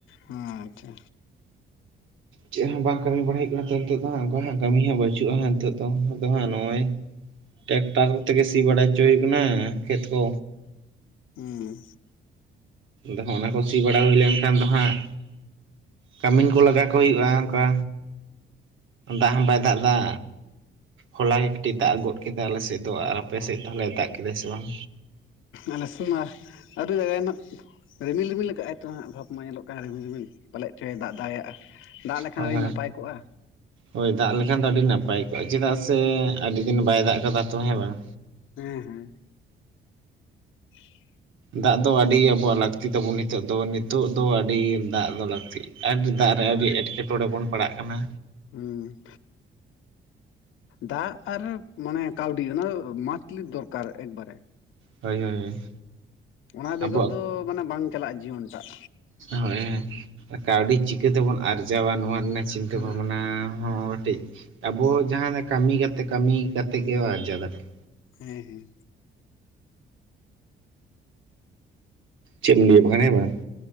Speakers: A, on the left (about 80°); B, on the right (about 80°).
A: ᱟᱪᱪᱷᱟ
B: ᱪᱮᱜ ᱦᱚᱸ ᱵᱟᱝ ᱠᱟᱹᱢᱤ ᱵᱟᱲᱟᱭ ᱦᱩᱭᱩᱜ ᱠᱟᱱᱟ ᱛᱚ᱾ ᱱᱤᱛᱚᱜ ᱫᱚ ᱦᱟᱸᱜ ᱚᱱᱠᱟ ᱦᱟᱸᱜ ᱠᱟᱹᱢᱤ ᱦᱚᱸ ᱵᱟᱹᱪᱩᱜᱼᱟ ᱱᱤᱛᱚᱜ ᱫᱚ᱾ ᱟᱫᱚ ᱦᱟᱸᱜ ᱱᱚᱜᱼᱚᱭ ᱴᱮᱠᱴᱟᱨ ᱛᱮᱜᱮ ᱥᱤ ᱵᱟᱲᱟᱭ ᱪᱚ ᱦᱩᱭ ᱠᱟᱱᱟ ᱠᱷᱮᱛ ᱠᱚ᱾
A: ᱦᱩᱸ
B: ᱟᱫᱚ ᱚᱱᱟ ᱠᱚ ᱥᱤ ᱵᱟᱲᱟ ᱦᱩᱭ ᱞᱮᱱᱠᱷᱟᱱ ᱫᱚ ᱦᱟᱸᱜ ᱠᱟᱹᱢᱤᱱ ᱠᱚ ᱞᱟᱜᱟ ᱠᱚ ᱦᱩᱭᱩᱜᱼᱟ, ᱚᱱᱠᱟ ᱫᱟᱜ ᱦᱚᱸ ᱵᱟᱭ ᱫᱟᱜ ᱫᱟ᱾ ᱦᱚᱞᱟ ᱜᱮ ᱠᱟᱹᱴᱤᱡ ᱫᱟᱜ ᱜᱚᱫ ᱠᱮᱫᱟ ᱟᱞᱮ ᱥᱮᱫ ᱫᱚ ᱟᱨ ᱟᱯᱮ ᱥᱮᱫ ᱫᱚ ᱦᱚᱞᱟ ᱫᱟᱜ ᱠᱮᱫᱟ ᱥᱮ ᱵᱟᱝ?
A: ᱟᱞᱮ ᱥᱮᱢᱟ ᱟᱣᱨᱤ ᱫᱟᱜᱟᱭ ᱱᱟᱜ ᱨᱤᱢᱤᱞ ᱨᱤᱢᱤᱞ ᱟᱠᱟᱭ ᱛᱚ ᱦᱟᱸᱜ ᱵᱷᱟᱵᱽ ᱢᱟ ᱧᱮᱞᱚᱜ ᱠᱟᱱ ᱨᱤᱢᱤᱞ ᱨᱤᱢᱤᱞ ᱯᱟᱞᱮᱡ ᱪᱚᱭᱮ ᱫᱟᱜ ᱫᱟᱲᱮᱭᱟᱜᱼᱟ᱾ ᱫᱟᱜ ᱞᱮᱠᱷᱟᱱ
B: ᱦᱳᱭ
A: ᱟᱹᱰᱤ ᱱᱟᱯᱟᱭ ᱠᱚᱜᱼᱟ᱾
B: ᱦᱳᱭ ᱫᱟᱜ ᱞᱮᱠᱷᱟᱱ ᱫᱚ ᱟᱹᱰᱤ ᱱᱟᱯᱟᱭ ᱠᱚᱜᱼᱟ᱾ ᱪᱮᱫᱟᱜ ᱥᱮ ᱟᱹᱰᱤ ᱫᱤᱱ ᱵᱟᱭ ᱫᱟᱜ ᱠᱟᱫᱟ ᱛᱚ ᱦᱮᱸ ᱵᱟᱝ?
A: ᱦᱮᱸ ᱦᱮᱸ <unintelligible>
B: ᱫᱟᱜ ᱫᱚ ᱟᱹᱰᱤ ᱟᱵᱚᱣᱟᱜ ᱞᱟᱹᱠᱛᱤ ᱛᱟᱵᱚᱱ ᱱᱤᱛᱚᱜ ᱫᱚ ᱱᱤᱛᱚᱜ ᱫᱚ ᱟᱹᱰᱤ ᱫᱟᱜ ᱫᱚ ᱞᱟᱹᱠᱛᱤᱜ᱾ ᱟᱹᱰᱤ ᱫᱟᱜ ᱨᱮ
A: ᱟᱫᱚ
B: ᱟᱹᱰᱤ ᱮᱸᱴᱠᱮᱴᱚᱬᱮ ᱵᱚᱱ ᱯᱟᱲᱟᱜ ᱠᱟᱱᱟ᱾
A: ᱦᱩᱸ ᱫᱟᱜ ᱟᱨ ᱢᱟᱱᱮ ᱠᱟᱹᱣᱰᱤ ᱚᱱᱟ ᱫᱚ ᱢᱟᱥᱴᱞᱤ ᱫᱚᱨᱠᱟᱨ ᱮᱠᱵᱟᱨᱮ᱾
B: ᱦᱳᱭ ᱦᱳᱭ ᱦᱳᱭ
A: ᱚᱱᱟ ᱵᱮᱜᱚᱨ
B: ᱟᱵᱚᱣᱟᱜ
A: ᱫᱚ ᱢᱟᱱᱮ ᱵᱟᱝ ᱪᱟᱞᱟᱜᱼᱟ ᱡᱤᱭᱚᱱ ᱴᱟᱜ᱾
B: ᱦᱳᱭ ᱦᱮᱸ ᱠᱟᱹᱣᱰᱤ ᱪᱤᱠᱟᱹ ᱛᱮᱵᱚᱱ ᱟᱨᱡᱟᱣᱟ ᱱᱚᱣᱟ ᱨᱮᱱᱟᱜ ᱪᱤᱱᱛᱟᱹ
A: ᱦᱩᱸ
B: ᱵᱷᱟᱵᱱᱟ ᱦᱚᱸ ᱠᱟᱴᱤᱡ ᱟᱵᱚ ᱡᱟᱦᱟᱸ ᱞᱮᱠᱟ ᱠᱟᱹᱢᱤ ᱠᱟᱛᱮ ᱠᱟᱹᱢᱤ ᱠᱟᱛᱮ ᱜᱮ ᱟᱨᱡᱟᱣ ᱫᱟᱲᱮᱜ᱾
A: ᱦᱮᱸ ᱦᱮᱸ
B: ᱪᱮᱜ ᱮᱢ ᱞᱟᱹᱭ ᱟᱠ ᱠᱟᱱᱟ ᱦᱮᱸ ᱵᱟᱝ᱾